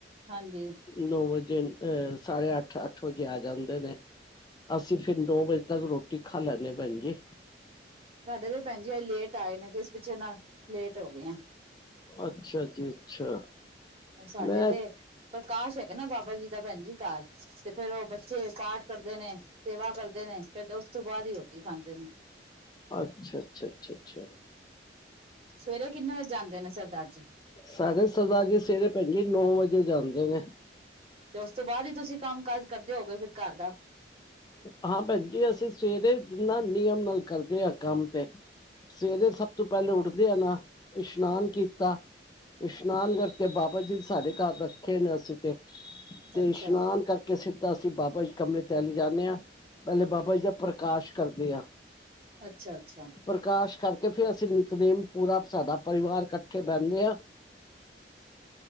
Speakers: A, on the right; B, on the left.
A: ਹਾਂਜੀ।
B: ਨੌ ਵਜੇ ਅਹ ਸਾਡੇ ਅੱਠ-ਅੱਠ ਵਜੇ ਆ ਜਾਂਦੇ ਨੇ। ਅਸੀਂ ਫਿਰ ਨੋ ਵਜੇ ਤੱਕ ਰੋਟੀ ਖਾ ਲੈਂਨੇ ਆ ਭੈਣਜੀ।
A: ਸਾਡੇ ਤੇ ਭੈਣ ਜੀ ਅੱਜ ਲੇਟ ਆਏ ਨੇ ਤੇ ਇਸ ਪਿੱਛੇ ਨਾ ਲੇਟ ਹੋ ਗੇ ਆ।
B: ਅੱਛਾ ਜੀ ਅੱਛਾ।
A: ਹੁਣ ਸਾਡੇ
B: ਮੈਂ
A: ਤੇ ਪ੍ਰਕਾਸ਼ ਹੈਗਾ ਨਾ ਬਾਬਾ ਜੀ ਦਾ ਭੈਣ ਜੀ। ਘਾਰ ਤੇ ਫੇਰ ਉਹ ਬੱਚੇ ਪਾਠ ਕਰਦੇ ਨੇ ਸੇਵਾ ਕਰਦੇ ਨੇ ਫਿਰ ਉਸ ਉਸ ਤੋਂ ਬਾਅਦ ਹੀ ਰੋਟੀ ਖਾਂਦੇ ਨੇ।
B: ਅੱਛਾ ਅੱਛਾ, ਅੱਛਾ ਅੱਛਾ।
A: ਸਵੇਰੇ ਕਿੰਨੇ ਵਜੇ ਜਾਂਦੇ ਨੇ ਸਰਦਾਰ ਜੀ?
B: ਸਾਡੇ ਸਰਦਾਰ ਜੀ ਸਵੇਰੇ ਭੈਣ ਜੀ ਨੌ ਵਜੇ ਜਾਂਦੇ ਨੇ।
A: ਤੇ ਉਸ ਤੋਂ ਬਾਅਦ ਹੀ ਤੁਸੀਂ ਕੰਮ-ਕਾਜ ਕਰਦੇ ਹੋਗੇ ਫਿਰ ਘਰ ਦਾ?
B: ਹਾਂ ਭੈਣਜੀ, ਅਸੀਂ ਸਵੇਰੇ ਨਾ ਨਿਯਮ ਨਾਲ ਕਰਦੇ ਹਾਂ ਕੰਮ ਤੇ। ਸਵੇਰੇ ਸਭ ਤੋਂ ਪਹਿਲੇ ਉੱਠਦੇ ਆ ਨਾ ਇਸ਼ਨਾਨ ਕੀਤਾ ਇਸ਼ਨਾਨ ਕਰਕੇ ਬਾਬਾ ਜੀ ਸਾਡੇ ਘਰ ਰੱਖੇ ਨੇ ਅਸੀਂ ਤੇ ਤੇ
A: ਅੱਛਾ
B: ਇਸ਼ਨਾਨ ਕਰਕੇ ਸਿੱਧਾ ਅਸੀਂ ਬਾਬਾ ਜੀ ਕਮਰੇ ਚਲੇ ਜਾਂਨੇ ਆ। ਪਹਿਲੇ ਬਾਬਾ ਜੀ ਦਾ ਪ੍ਰਕਾਸ਼ ਕਰਦੇ ਆ।
A: ਅੱਛਾ- ਅੱਛਾ।
B: ਪ੍ਰਕਾਸ਼ ਕਰਕੇ ਫਿਰ ਅਸੀਂ ਨਿਤਦੇਮ ਪੂਰਾ ਸਾਡਾ ਪਰਿਵਾਰ ਇਕੱਠੇ ਬਹਿੰਨੇ ਆ।
A: <inaudible>